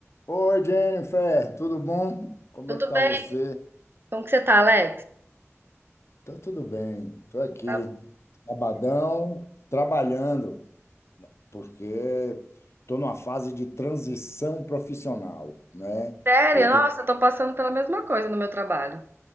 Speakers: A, on the left (about 60°); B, on the right (about 45°).
A: Oi, Jennifer, tudo bom? Como
B: Tudo
A: é que tá
B: bem?
A: você?
B: Como que você tá, Alex?
A: Tá tudo bem, tô aqui,
B: Tá-
A: sabadão, trabalhando, porque tô numa fase de transição profissional, né?
B: Sério?
A: Eu tenho...
B: Nossa, eu tô passando pela mesma coisa no meu trabalho.